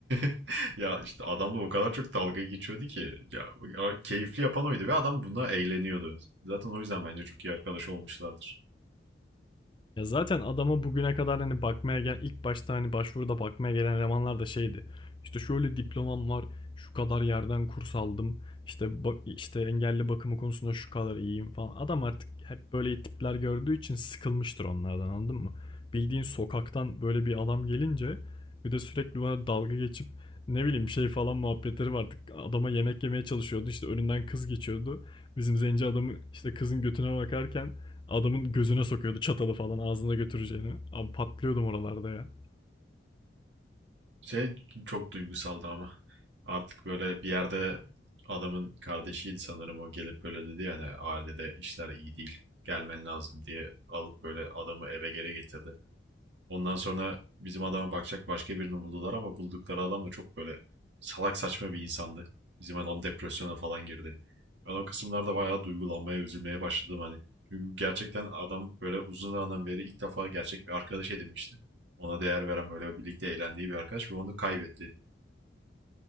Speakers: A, on the right (about 80°); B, on the left (about 25°).
A: <laughs> ya işte adamla o kadar çok dalga geçiyordu ki ya keyifli yapan oydu ve adam buna eğleniyordu. Zaten o yüzden bence çok iyi arkadaş olmuşlardır.
B: Ya zaten adama bugüne kadar hani bakmaya gelen ilk başta hani başvuruda bakmaya gelen elemanlar da şeydi. İşte şöyle diplomam var, şu kadar yerden kurs aldım. İşte ba- işte engelli bakımı konusunda şu kadar iyiyim falan. Adam artık hep böyle tipler gördüğü için sıkılmıştır onlardan anladın mı? Bildiğin sokaktan böyle bir adam gelince bir de sürekli bana dalga geçip ne bileyim şey falan muhabbetleri vardı. Adama yemek yemeye çalışıyordu. işte önünden kız geçiyordu. Bizim zenci adamı işte kızın götüne bakarken adamın gözüne sokuyordu çatalı falan ağzına götüreceğini. Abi patlıyordum oralarda ya.
A: Şey çok duygusaldı ama artık böyle bir yerde adamın kardeşiydi sanırım o gelip böyle dedi yani ailede işler iyi değil gelmen lazım diye alıp böyle adamı eve geri getirdi. Ondan sonra bizim adama bakacak başka birini buldular ama buldukları adam da çok böyle salak saçma bir insandı. Bizim adam depresyona falan girdi. Ben o kısımlarda bayağı duygulanmaya, üzülmeye başladım hani. Çünkü gerçekten adam böyle uzun zamandan beri ilk defa gerçek bir arkadaş edinmişti. Ona değer veren böyle birlikte eğlendiği bir arkadaş ve onu kaybetti.